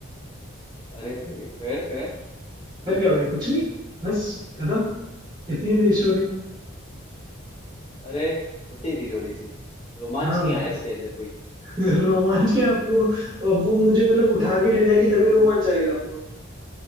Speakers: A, on the left; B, on the right.
A: अरे भाई फिर फिर
B: फिर क्या भाई कुछ नहीं बस खत्म इतनी थी स्टोरी
A: अरे छोटी थी थोड़ी सी रोमांच
B: हाँ
A: नहीं
B: भाई
A: आया इसके अंदर कोई
B: <laughs> रोमांच क्या अब वो अब वो मुझे मतलब उठा के ले जाएगी तभी रोमांच आएगा आपको